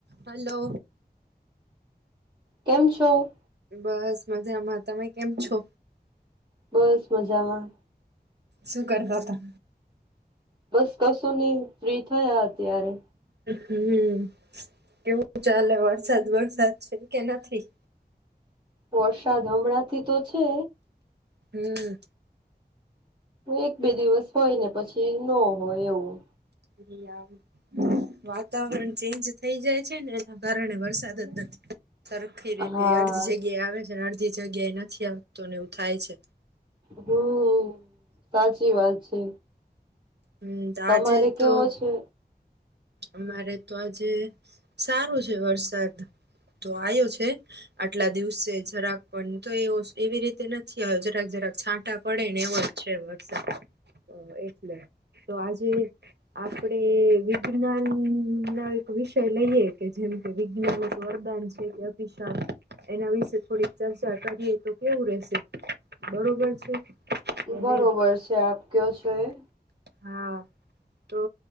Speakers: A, on the right (about 75°); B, on the right (about 25°).
A: Hello
B: કેમ છો?
A: બસ મજામાં. તમે કેમ છો?
B: બસ મજામાં.
A: શું કરતાતા?
B: બસ કશું ની. ફ્રી થયા અત્યારે.
A: હમ્મ. કેવું ચાલે? વરસાદ વરસાદ છે કે નથી?
B: વરશાદ હમણાંથી તો છે
A: હમ્મ
B: એક બે દિવસ હોય ને પછી નો હોય એવું
A: <unintelligible> વાતાવરણ ચેન્જ થઇ જાય છે ને એના કારણે વરસાદ જ નથી આ સરખી રીતે
B: હા
A: અડધી જગ્યાએ આવે છે અને અડધી જગ્યાએ નથી આવતો ને એવું થાય છે.
B: હમ્મ. સાચી વાત છે.
A: હમ્મ તો
B: તમારે
A: આજે તો
B: કેવો છે?
A: અમારે તો આજે સારું છે વરસાદ તો આયો છે. આટલા દિવસે જરાક પણ તોય એવો સ એવી રીતે નથી આયો. જરાક જરાક છાંટા પડે ને એવો જ છે વરસાદ તો એટલે. તો આજે આપડે વિ જ્ઞાનના એક વિષય લઈએ કે જેમ કે, વિજ્ઞાન એક વરદાન છે કે અભિશાપ એના વિશે થોડીક ચર્ચા કરીએ. તો કેવું રહેશે? બરોબર છે કે
B: બરોબર
A: ન‌ઈ?
B: છે આપ કયો છો એ.
A: હા તો